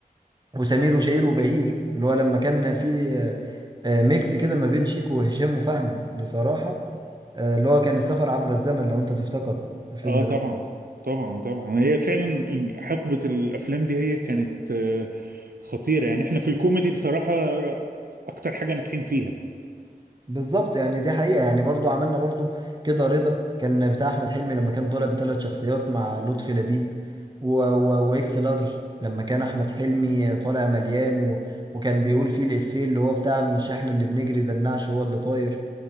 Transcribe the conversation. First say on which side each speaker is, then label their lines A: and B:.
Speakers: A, on the right; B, on the right.
A: وسمير وشهير وبهير اللي هو لما كان في آه، آه، ميكس كده ما بين شيكو وهشام وفهمي بصراحة آه، اللي هو كان السفر عبر الزمن لو انت تفتكره الفيلم
B: اه طبعا
A: ده
B: طبعا طبعا هي فعلا حقبة الافلام دي هي كانت آه، خطيرة يعني احنا في الكوميدي بصراحة آه، اكتر حاجة ناجحين فيها
A: بالظبط يعني دي حقيقة يعني برضو عملنا برضو كده رضا كان بتاع أحمد حلمي لما كان طالع بثلاث شخصيات مع لطفي لبيب و... و... وإكس لارج لما كان أحمد حلمي طالع مليان و... وكان بيقول فيه الإفيه اللي هو بتاع مش إحنا اللي بنجري ده النعش هو اللي طاير